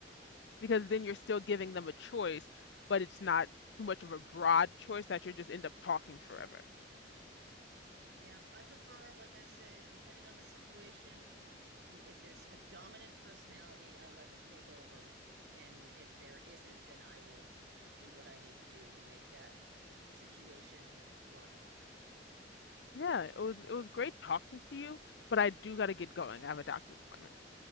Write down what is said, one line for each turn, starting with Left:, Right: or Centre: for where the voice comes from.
Left: because then you're still giving them a choice, but it's not too much of a broad choice that you just end up talking forever.
Right: Yeah, I prefer, like I said, depending on the situation, who if there's a dominant personality, I let them take over. And if there isn't, then I will do what I need to do to make that situation work.
Left: Yeah, it was it was great talking to you, but I do gotta get going. I have a doctor's appointment.